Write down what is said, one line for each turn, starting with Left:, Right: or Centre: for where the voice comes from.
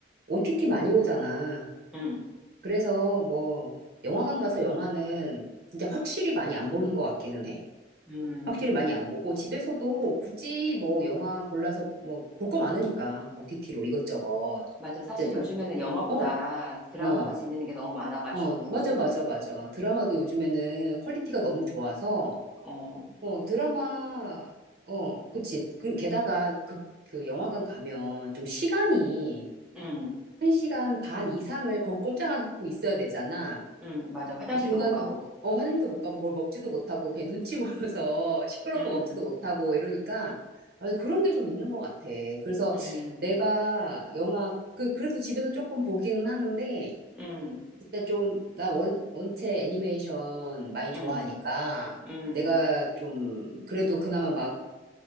Right: OTT 많이 오잖아.
Centre: 응,
Right: 그래서 뭐, 영화관 가서 영화는 진짜 확실히 많이 안 보는 것 같기는 해.
Centre: 음,
Right: 확실히 많이 안 보고, 집에서도 굳이 뭐, 영화 골라서 뭐, 볼 거 많으니까, OTT로 이것저것.
Centre: 맞아. 사실
Right: 이제 더,
Centre: 요즘에는 영화보다
Right: 어,
Centre: 드라마가
Right: 어,
Centre: 재밌는 게 너무 많아가지고,
Right: 어, 맞아, 맞아, 맞아. 드라마도 요즘에는 퀄리티가 너무 좋아서,
Centre: 어,
Right: 어, 드라마, 어, 그치. 그, 게다가 그, 그 영화관 가면 좀 시간이
Centre: 응,
Right: 한시간반 이상을 거기 꼼짝 않고 있어야 되잖아.
Centre: 응, 맞아. 화장실도
Right: 중간에
Centre: 못 가고,
Right: 뭐, 어, 화장도 못 가고 뭘 먹지도 못하고 그냥 눈치 보여서 <laughs> 시끄러운
Centre: 응,
Right: 거 먹지도 못하고 이러니까 아, 그런 게 좀 있는 것 같아. 그래서
Centre: 응,
Right: 내가 영화 그, 그래도 집에서 조금 보기는 하는데
Centre: 응,
Right: 진짜 좀 나 원, 원체 애니메이션 많이
Centre: 응,
Right: 좋아하니까
Centre: 응,
Right: 내가 좀 그래도 그나마 막